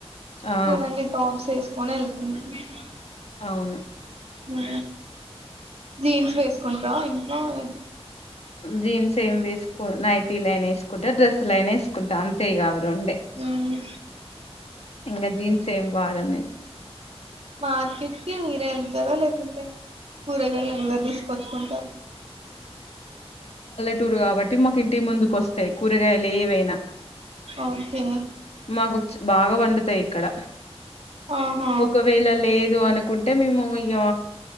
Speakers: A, on the left (about 70°); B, on the right (about 65°).
A: ఆ
B: లేదంటే టాప్సస్ పోనలుకు <unintelligible>
A: అవును
B: మ్ జీన్స్ వేసుకుంటా ఆ ఇంట్లో ఎప్
A: జీన్స్ ఏం వేస్స్కోన్ న్తెటీలె నెనె ఎస్ కు డ్రెస్లయిన ఎస్ కు టా అంతే ఇక అవి రెండే
B: ఉమ్,
A: ఇంక జీన్స్ ఏం వాడన్నెన్
B: మార్కెట్ కి మీరే వెళ్తారా లేకుంటే కూరగాయలు
A: నేను
B: నువ్వె తీసుకచ్చు కుంటారు
A: టూర్ కాబట్టి మాకు ఇంటి ముందుకు వస్తాయి కూరగాయలు ఏవైనా
B: ఓకే
A: మాకు చ బాగా పండుతాయి ఇక్కడ
B: ఆహా
A: ఒకవేళ లేదు అనుకుంటే మేము ఇగ